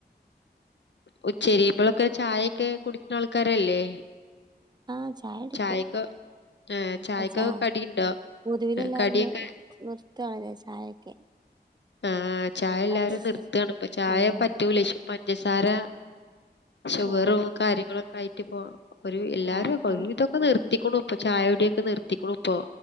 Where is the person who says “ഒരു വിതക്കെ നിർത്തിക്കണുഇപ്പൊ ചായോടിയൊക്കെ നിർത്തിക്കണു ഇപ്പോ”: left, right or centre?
Left